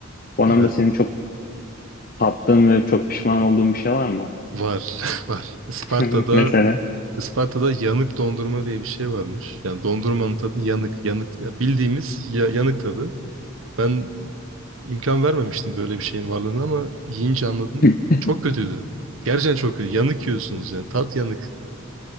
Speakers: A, on the left; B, on the right.
A: O anlamda
B: Evet.
A: senin çok tattığın ve çok pişman olduğun bir şey var mı?
B: Var. <laughs> Var. Isparta'da
A: <laughs> Mesela.
B: Isparta'da yanık dondurma diye bir şey varmış. Yani dondurmanın tadı yanık. Yanık ya bildiğimiz ya, yanık tadı. Ben imkan vermemiştim böyle bir şeyin varlığına ama yiyince anladım.
A: <laughs>
B: Çok kötüydü. Gerçekten çok kötü. Yanık yiyorsunuz yani. Tat yanık.